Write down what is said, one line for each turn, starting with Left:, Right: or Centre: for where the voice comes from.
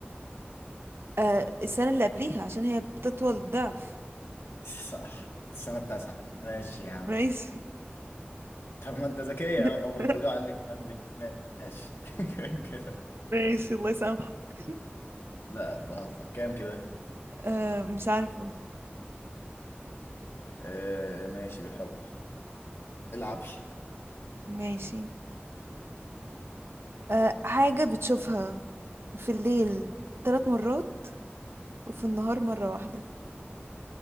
Right: آه السنة اللي قبليها عشان هي بتطول الضعف
Left: صح السنة التاسعة ماشي يا عم
Right: ماشي
Left: طب ما أنت ذكية
Right: <laughs>
Left: أهو، هما بيقولوا عليك عامل إيه؟ ماشي <laughs> كده
Right: ماشي الله يسامحك
Left: لا بهزر كام كده
Right: أه مش عارفة
Left: آه ماشي بالحب العبش
Right: ماشي أه حاجة بتشوفها في الليل ثلاث مرات وفي النهار مرة واحدة